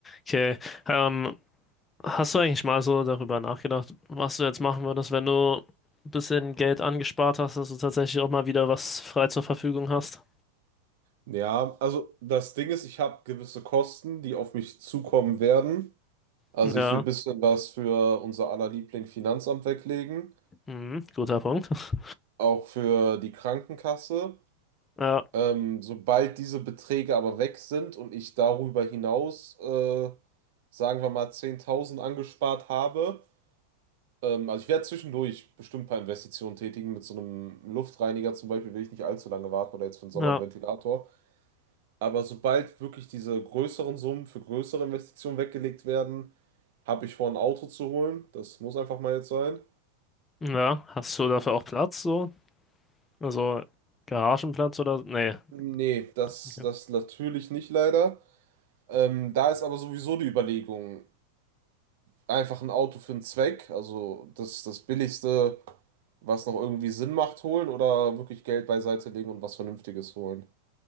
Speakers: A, on the left; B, on the right.
A: Okay, ähm, hast du eigentlich mal so darüber nachgedacht, was du jetzt machen würdest, wenn du ein bisschen Geld angespart hast, dass du tatsächlich auch mal wieder was frei zur Verfügung hast?
B: Ja, also das Ding ist, ich habe gewisse Kosten, die auf mich zukommen werden. Also
A: Ja,
B: ich will ein bisschen was für unser aller Liebling Finanzamt weglegen,
A: mhm, guter Punkt. <laughs>
B: auch für die Krankenkasse.
A: Ja,
B: Ähm, sobald diese Beträge aber weg sind und ich darüber hinaus, äh, sagen wir mal, 10.000 angespart habe, ähm, also ich werde zwischendurch bestimmt ein paar Investitionen tätigen. Mit so einem Luftreiniger zum Beispiel will ich nicht allzu lange warten oder jetzt für den Sommer
A: ja,
B: einen Ventilator. Aber sobald wirklich diese größeren Summen für größere Investitionen weggelegt werden, habe ich vor, ein Auto zu holen. Das muss einfach mal jetzt sein.
A: ja. Hast du dafür
B: Wo-
A: auch Platz so? Also Garagenplatz oder? Nee.
B: Nee, das,
A: Okay.
B: das natürlich nicht leider. Ähm, da ist aber sowieso die Überlegung, einfach ein Auto für einen Zweck, also das, das Billigste, was noch irgendwie Sinn macht, holen oder wirklich Geld beiseite legen und was Vernünftiges holen.